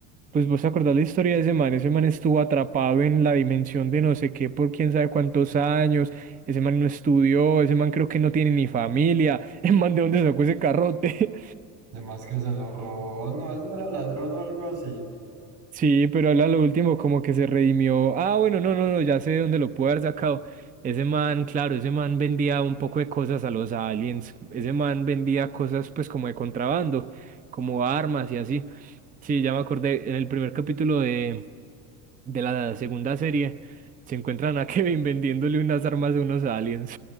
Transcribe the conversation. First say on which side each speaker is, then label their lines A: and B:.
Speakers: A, on the right; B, on the right.
A: pues vos te acordás la historia de ese man, ese man estuvo atrapado en la dimensión de no sé qué por quién sabe cuántos años, ese man no estudió, ese man creo que no tiene ni familia, <laughs> el man de dónde sacó ese carrote.
B: Además que se lo robó, no, él no era ladrón o algo así.
A: Sí, pero él a lo último como que se redimió. Ah, bueno, no, no, no, ya sé de dónde lo puede haber sacado. Ese man, claro, ese man vendía un poco de cosas a los aliens. Ese man vendía cosas pues como de contrabando, como armas y así. Sí, ya me acordé, en el primer capítulo de, de la segunda serie se encuentran a <laughs> Kevin vendiéndole unas armas a unos aliens.